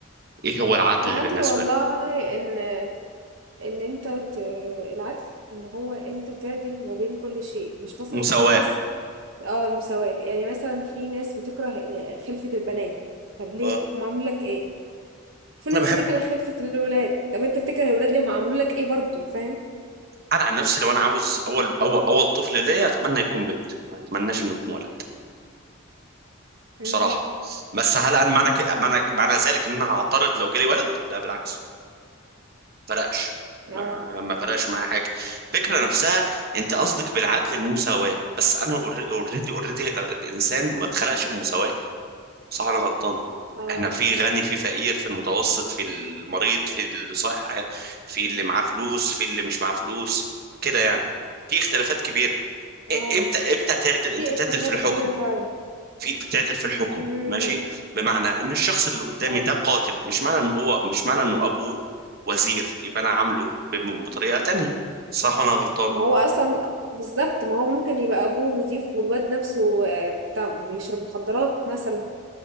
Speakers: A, on the right; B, on the right.
A: ايه هو العدل
B: العدل
A: بالنسبه
B: والله
A: لك
B: إن إن أنت ت العدل إن هو أنت تعدل ما بين كل شيء، مش مثلًا
A: مساواه
B: في ناس آه المساواة، يعني مثلًا في ناس بتكره ال خلفة البنات، طب ليه؟
A: اه
B: هُم عملوا لك إيه؟ في ناس
A: انا بحب
B: بتكره خلفة الولاد، طب أنت بتكره الولاد ليه؟ هُم عملوا لك إيه برضه، فاهم؟
A: انا عن نفسي لو انا عاوز اول اول اول طفل ليا اتمنى يكون بنت ما اتمناش انه يكون ولد
B: إمم،
A: بصراحه بس هل انا معنى ك... معنى معنى ذلك ان انا هعترض لو جالي ولد لا بالعكس فرقش
B: آه،
A: ما ما فرقش معايا حاجه الفكره نفسها انت قصدك بالعدل المساواه بس انا اوريدي اوريدي الانسان ما اتخلقش بمساواه صح ولا انا غلطان
B: آه،
A: احنا في غني في فقير في المتوسط في المريض في اللي صح في اللي معاه فلوس في اللي مش معاه فلوس كده يعني في اختلافات كبيره
B: آه،
A: إ- امتى امتى تعدل
B: في
A: انت تعدل
B: اختلافات
A: في الحكم
B: كبيرة فعلًا،
A: في بتعدل في الحكم
B: إمم،
A: ماشي بمعنى ان الشخص اللي قدامي
B: آه،
A: ده قاتل مش معنى ان هو مش معنى انه ابوه وزير يبقى انا عامله بم- بطريقه تانية صح وانا غلطان
B: ما هو أصلًا بالضبط، ما هو ممكن يبقى أبوه نضيف والواد نفسه آه، بتاع بيشرب مخدرات مثلًا،